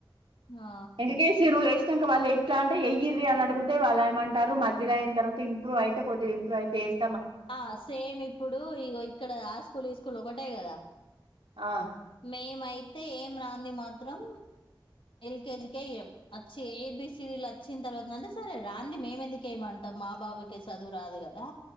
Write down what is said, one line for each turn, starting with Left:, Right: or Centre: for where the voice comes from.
Left: ఆ
Right: ఎందుకేసిర్రూ ఏ వాళ్ళు ఏస్తా అంటే ఎయ్యిర్రి అనడిగుతే వాళ్ళు ఏమంటారు మధ్య అయిన తర్వాత ఇంప్రూవ్ అయితే కొద్దిగ ఇంప్రూవ్ అయితేస్త
Left: ఆ సేమ్ ఇప్పుడు ఇగో ఇక్కడ ఆ స్కూల్ ఈ స్కూల్ ఒకటే కదా.
Right: ఆ
Left: మేమైతే ఏం రాంది మాత్రం ఎల్కేజీకే ఎయ్యం, అచ్చి ఏ బి సి డి లు అచ్చిన తర్వాత అంటే సరే రాంది మేము ఎందుకేయమంటాం, మా బాబుకే చదువు రాదు కదా.